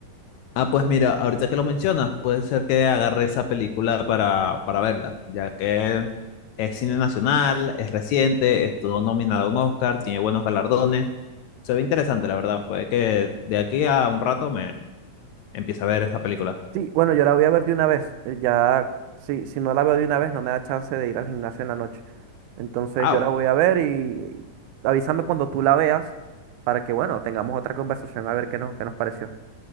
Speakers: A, on the left (about 80°); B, on the right (about 75°).
A: Ah, pues mira, ahorita que lo mencionas, puede ser que agarre esa película para, para verla, ya que es cine nacional, es reciente, estuvo nominado a un Oscar, tiene buenos galardones. se ve interesante, la verdad. Puede que de aquí a un rato me empiece a ver esa película.
B: Sí, bueno, yo la voy a ver de una vez. eh, Ya, sí, si no la veo de una vez, no me da chance de ir al gimnasio en la noche. Entonces
A: Ah,
B: yo la voy a ver y y avísame cuando tú la veas para que, bueno, tengamos otra conversación a ver qué nos, qué nos pareció.